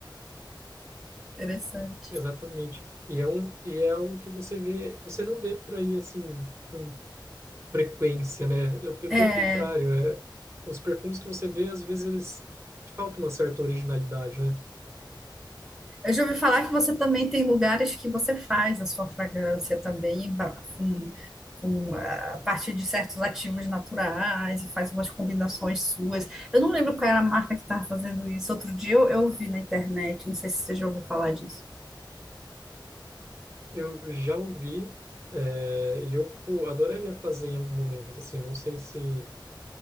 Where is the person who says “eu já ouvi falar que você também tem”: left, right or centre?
Centre